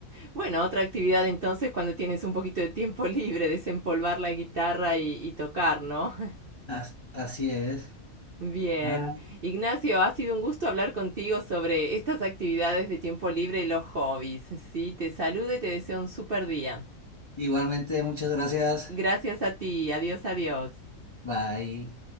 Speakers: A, on the right (about 50°); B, on the left (about 25°).
A: Bueno, otra actividad entonces cuando tienes un poquito de tiempo libre, desempolvar la guitarra y, y tocar, ¿no?
B: <laughs> as- así es.
A: Bien.
B: Ah,
A: Ignacio, ha sido un gusto hablar contigo sobre estas actividades de tiempo libre y los hobbies. Sí, te saludo y te deseo un super día.
B: igualmente, muchas gracias.
A: Gracias a ti. Adiós, adiós.
B: Bye.